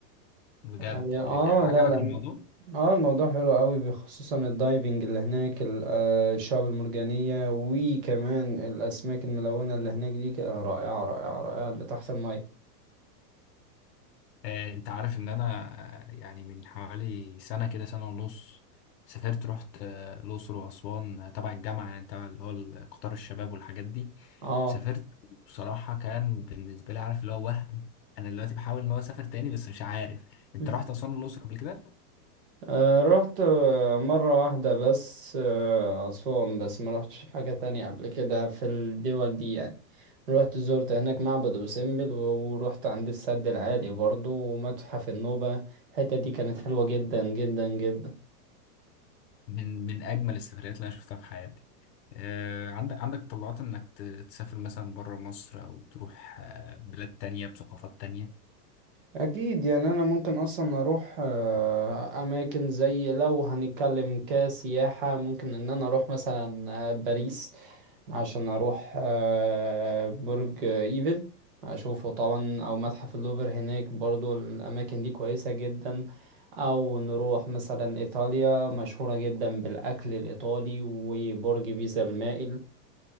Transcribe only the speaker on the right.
يعني اه
لا لا
اه الموضوع حلو قوي خصوصا الدايفنج اللي هناك ال- آه، الشعب المرجانية وكمان الأسماك الملونة اللي هناك دي ك- آه، رائعة رائعة رائعة اللي تحت المية
اه
<laughs>
آه، رحت آه، مرة واحدة بس آه، أسوان بس ما رحتش حاجة تانية قبل كده في الدول دي يعني رحت زرت هناك معبد أبو سمبل و- ورحت عند السد العالي برضو ومتحف النوبة الحتة دي كانت حلوة جدا جدا جدا
اكيد يعني انا ممكن اصلا اروح آه، اماكن زي لو هنتكلم كسياحة ممكن ان انا اروح مثلا آه، باريس عشان اروح آه، برج ايفل اشوفه طبعا او متحف اللوفر هناك برضو الاماكن دي كويسة جدا او نروح مثلا ايطاليا مشهورة جدا بالاكل الايطالي وبرج بيزا المائل